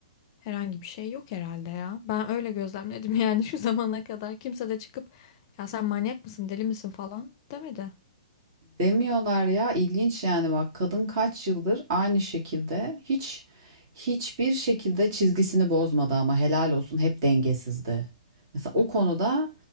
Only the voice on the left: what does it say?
Herhangi bir şey yok herhalde ya. Ben öyle gözlemledim <laughs> yani şu zamana kadar kimse de çıkıp ya sen manyak mısın, deli misin falan demedi.